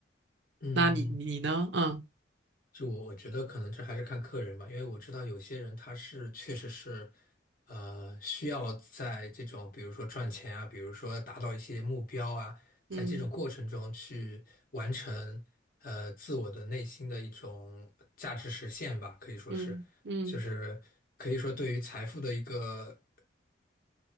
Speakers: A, on the left (about 45°); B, on the right (about 70°).
A: 嗯，
B: 那你你呢？嗯
A: 就我我觉得可能这还是看客人吧，因为我知道有些人他是确实是，呃，需要在这种比如说赚钱啊，比如说达到一些目标啊，
B: 嗯
A: 在这种过程中去完成呃自我的内心的一种价值实现吧，可以说是，
B: 嗯嗯，
A: 就是可以说对于财富的一个